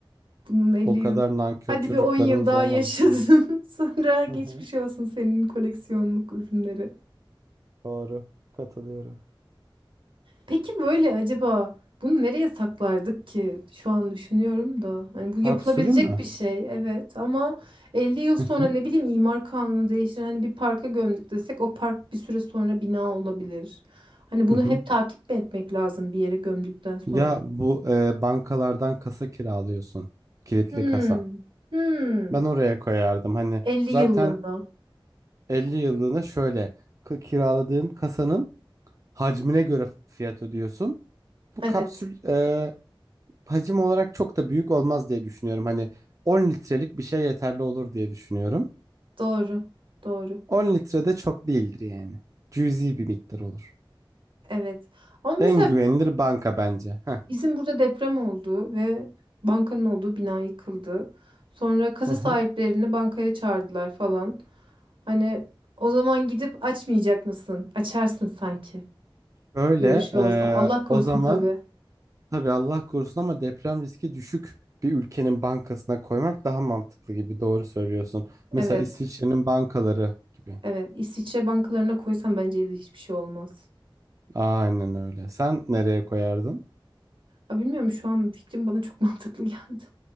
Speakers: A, on the right; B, on the right.
A: Bunun 50
B: O
A: yıl.
B: kadar nankör
A: Hadi
B: çocuklarımız
A: bir 10 yıl daha
B: olmaz
A: yaşadın.
B: inşallah.
A: <laughs> Sonra geçmiş
B: Hı hı.
A: olsun senin koleksiyonluk ürünleri.
B: Doğru. Katılıyorum.
A: Peki böyle acaba bunu nereye saklardık ki? Şu an düşünüyorum da. Hani bu
B: Kapsülü
A: yapılabilecek
B: mü?
A: bir şey evet ama 50 yıl sonra
B: Hı hı.
A: ne bileyim imar kanunu değişir. Hani bir parka gömdük desek o park bir süre sonra bina olabilir. Hani bunu
B: Hı hı.
A: hep takip etmek lazım bir yere gömdükten sonra.
B: Ya bu e, bankalardan kasa kiralıyorsun. Kilitli
A: Hmm.
B: kasa.
A: Hmm.
B: Ben oraya koyardım. Hani
A: 50
B: zaten
A: yıllığına.
B: 50 yıllığına şöyle k- kiraladığın kasanın hacmine göre fiyat ödüyorsun. Bu
A: Evet.
B: kapsül e, hacim olarak çok da büyük olmaz diye düşünüyorum. Hani 10 litrelik bir şey yeterli olur diye düşünüyorum.
A: Doğru. Doğru.
B: 10 litre de çok değildir yani. Cüzi bir miktar olur.
A: Evet. Ama mesela
B: En güvenilir banka bence. Heh.
A: bizim burada deprem oldu ve bankanın olduğu bina yıkıldı. Sonra kasa
B: Hı hı.
A: sahiplerini bankaya çağırdılar falan. Hani o zaman gidip açmayacak mısın? Açarsın sanki.
B: Şöyle
A: Böyle bir şey
B: e,
A: olsa. Allah korusun
B: o zaman
A: tabii.
B: Tabii Allah korusun ama deprem riski düşük bir ülkenin bankasına koymak daha mantıklı gibi doğru söylüyorsun. Mesela
A: Evet.
B: İsviçre'nin bankaları gibi.
A: Evet. İsviçre bankalarına koysam bence de hiçbir şey olmaz.
B: Aynen öyle. Sen nereye koyardın?
A: Aa, bilmiyorum şu an fikrim bana çok <laughs> mantıklı geldi.